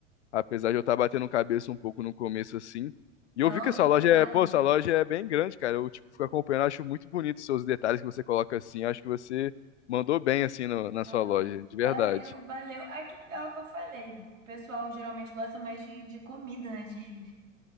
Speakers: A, on the left; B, on the right.
A: apesar de eu estar batendo cabeça um pouco no começo assim. E
B: Não,
A: eu vi que essa
B: e
A: loja
B: claro,
A: é, pô, essa loja é bem grande, cara. Eu tipo fico acompanhando, acho muito bonito os seus detalhes que você coloca assim. Acho que você mandou bem assim no- na
B: ah,
A: sua loja, de verdade.
B: valeu, valeu. Aqui é o que eu falei. O pessoal geralmente gosta mais de, de comida, né? de